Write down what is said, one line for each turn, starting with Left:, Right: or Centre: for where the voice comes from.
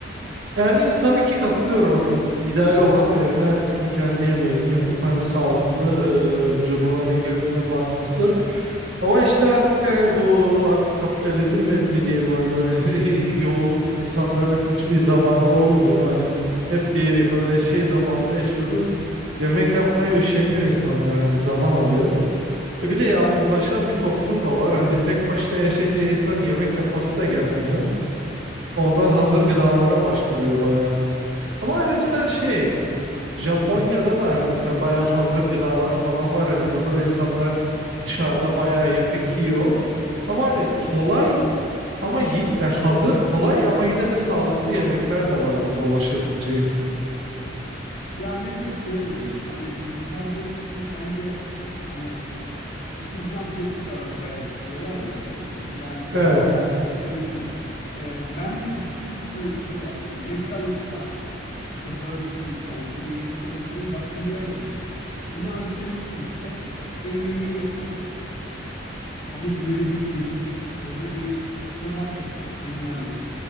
Right: Yani tabii ki katılıyorum hani ideal olan evde herkesin kendi yemeğini yapıp hani sağlıklı e, vücuduna ne girdiğine bakması. Ama işte artık hani bu artık kapitalizmle mi diyelim hani böyle <laughs> yoğun insanların hiçbir zamanı olmuyor. Hani hep bir böyle şey zamanda yaşıyoruz. Yemek yapmaya üşeniyor insanlar hani zaman alıyor. E bir de yalnızlaşan bir toplum da var. Hani tek başına yaşayınca insan yemek yapası da gelmiyor. Ondan hazır gıdalara başvuruyor bayağı. Ama hani mesela
Left: Ya.
Right: şey Japonya'da
Left: Hı hı.
Right: da hani mesela bayağı hazır gıdalar falan var. Hani burada da insanlar dışarıda bayağı yemek yiyor. Ama hani kolay ama yi- e, hazır kolay ama yine de sağlıklı yemekler de var burada ulaşabileceğin.
Left: Ya mesela şöyle diyeyim. Hani bu dışarıda yemek yemek bence hani it is not necessarily bad diyorlar ya. Yani kötü
Right: Evet,
Left: gel şey değil. Ee, bence çünkü şöyle bir şey var yani. McDonald's'tan işte Burger King'den KFC olabilir başka bir yer olabilir. Bundan hazır yemek yemekte ev yemeği yapan ama güvenebildiğin ya da böyle bir kebap yapan bilmem ne.